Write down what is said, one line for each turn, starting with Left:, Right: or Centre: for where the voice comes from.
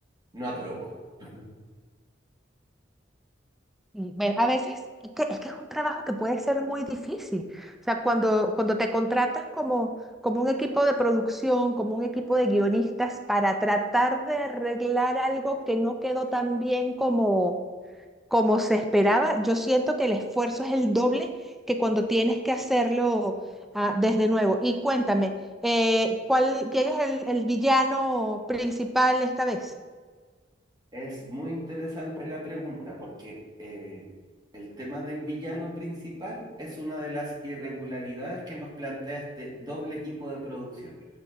Right: no aprobó. <laughs>
Centre: Y ve- a veces es que, es que es un trabajo que puede ser muy difícil. O sea, cuando, cuando te contratan como, como un equipo de producción, como un equipo de guionistas para tratar de arreglar algo que no quedó tan bien como, como se esperaba, yo siento que el esfuerzo es el doble que cuando tienes que hacerlo ah, desde nuevo. Y cuéntame, eh, ¿cuál, quién es el, el villano principal esta vez?
Right: Es muy interesante la pregunta porque eh, el tema del villano principal es una de las irregularidades que nos plantea este doble equipo de producción.